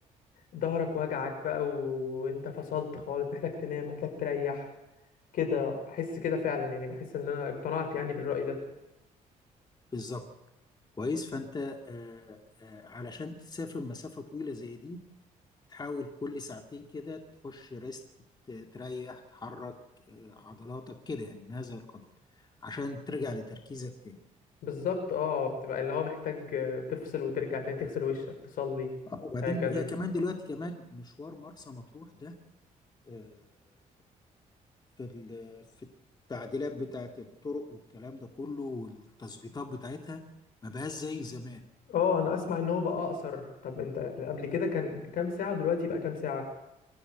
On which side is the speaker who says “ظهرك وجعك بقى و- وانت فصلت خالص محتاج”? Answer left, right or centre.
Left